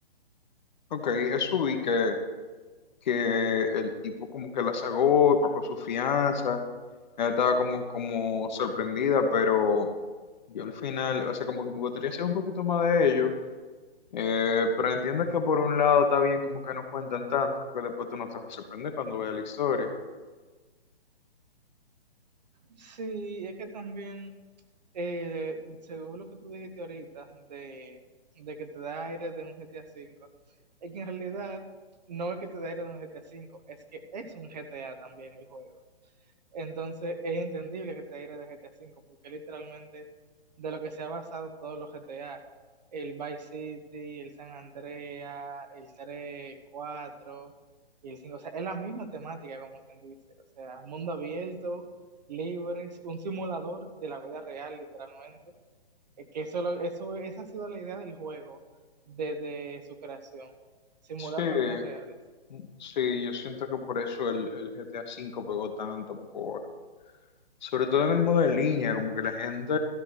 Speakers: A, on the left (about 45°); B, on the right (about 45°).
A: Ok, eso vi que que el tipo como que la sagó, y pagó su fianza, ella estaba como, como sorprendida, pero yo al final, o sea, como que me gustaría saber un poquito más de ello eh, pero entiendo que por un lado está bien como que no cuentan tanto, porque después tú no te vas a sorprender cuando veas la historia.
B: Sí, es que también Eh, según lo que tú dijiste ahorita, de, de que te da aire de un GTA V, es que en realidad no es que te da aire de un GTA V, es que es un GTA también el juego. Entonces es entendible que te aire de GTA V, porque literalmente de lo que se ha basado todos los GTA, el Vice City, el San Andreas el tres el 4 y el cinco o sea, es la misma temática como quien dice, o sea, mundo abierto, libre, un simulador de la vida real literalmente, Es que eso, lo- eso, esa ha sido la idea del juego desde su creación, simular
A: Sí,
B: la vida real.
A: sí, yo siento que por eso el, el GTA cinco pegó tanto, por, sobre todo en el modo en línea, como que la gente